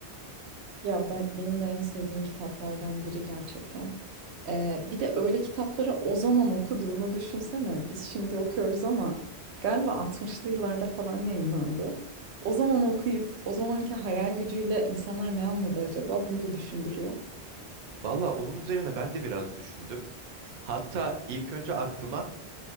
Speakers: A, on the right; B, on the right.
A: Ya ben, benim de en sevdiğim kitaplardan biri gerçekten. Ee, bir de öyle kitapları o zaman okuduğunu düşünsene. Biz şimdi okuyoruz ama galiba 60'lı yıllarda falan yayınlandı. O zaman okuyup o zamanki hayal gücüyle insanlar ne anladı acaba? Bunu da düşündürüyor.
B: Valla onun üzerine ben de biraz düşündüm. Hatta ilk önce aklıma